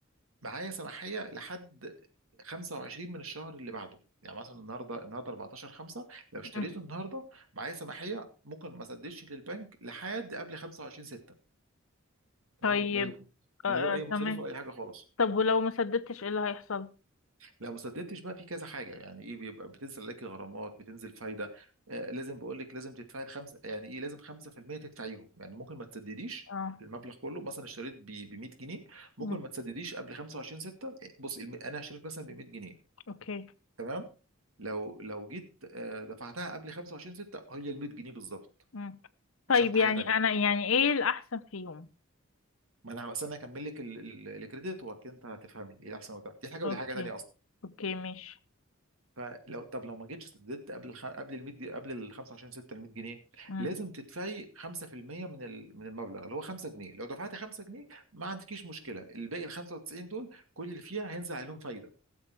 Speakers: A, on the right; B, on the left.
A: معايا سماحية لحد 25 من الشهر اللي بعده يعني مثلا النهارده النهارده 14 5 لو اشتريته
B: مم.
A: النهارده معايا سماحية ممكن ما اسددش للبنك لحد قبل 25 6 تمام
B: طيب
A: من غ- من
B: آه آه
A: غير اي مصاريف
B: تمام
A: ولا اي حاجه خالص
B: طب ولو ما سددتش ايه اللي هيحصل
A: لو ما سددتش بقى في كذا حاجه يعني ايه بيبقى بتنزل لك غرامات بتنزل فايده آه لازم بقول لك لازم تدفعي الخمسه يعني ايه لازم 5% تدفعيهم يعني ممكن ما تسدديش
B: اه
A: المبلغ كله مثلا اشتريت ب 100 جنيه ممكن
B: مم.
A: ما تسدديش قبل 25 6 بص الم- انا اشتريت مثلا ب 100 جنيه
B: اوكي
A: تمام لو لو جيت آه، دفعتها قبل 25 6 هي ال 100 جنيه بالظبط
B: مم. طيب
A: مش هدفع
B: يعني
A: حاجه تانيه
B: انا يعني ايه الاحسن فيهم
A: ما انا بس انا هكمل لك ال- ال- الكريدت وبعد كده انت هتفهمي ايه احسن وبتاع دي حاجه
B: اوكي
A: ودي حاجه تانيه اصلا
B: اوكي ماشي
A: فلو طب لو ما جيتش سددت قبل الخ... قبل ال 100 جنيه- قبل ال 25 6 ال 100 جنيه
B: مم.
A: لازم تدفعي 5% من ال... من المبلغ اللي هو 5 جنيه لو دفعتي 5 جنيه ما عندكيش مشكله الباقي ال 95 دول كل اللي فيها هينزل عليهم فايده